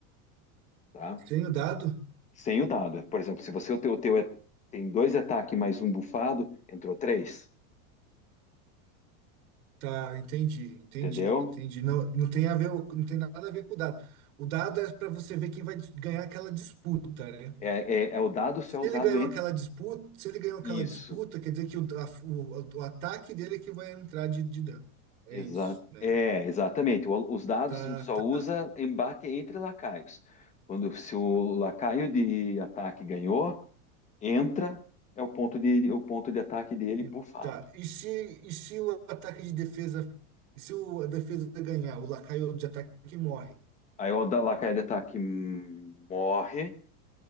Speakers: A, on the left (about 15°); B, on the right (about 75°).
A: tá?
B: Sem o dado?
A: Sem o dado. Por exemplo, se você o teu, o teu é- tem dois ataques mais um bufado, entrou três.
B: Tá, entendi, entendi,
A: Entendeu?
B: entendi. Não, não tem a ver, não tem nada a ver com o dado. O dado é para você ver quem vai dis- ganhar aquela disputa, né?
A: É, é, é o dado só
B: Se
A: é usado
B: ele ganhou
A: entre.
B: aquela disputa, se ele ganhou aquela
A: Isso.
B: disputa, quer dizer que o, a- o, o ataque dele é que vai entrar de, de dano. É
A: Exa...
B: isso, né?
A: É, exatamente. O- os dados
B: Tá,
A: a gente só
B: tá.
A: usa embate entre lacaios. Quando se o lacaio de ataque ganhou, entra, é o ponto de, o ponto de ataque dele
B: E,
A: bufado.
B: tá. E se, e se o ataque de defesa, e se o, a defesa ganhar, o lacaio de ataque morre,
A: Aí o da lacaio de ataque hum, morre,